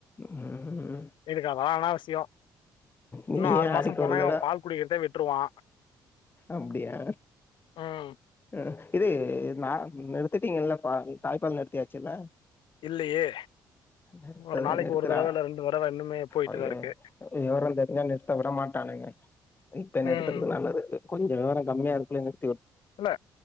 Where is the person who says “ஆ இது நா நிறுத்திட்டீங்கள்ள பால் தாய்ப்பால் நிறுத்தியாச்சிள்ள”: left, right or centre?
Left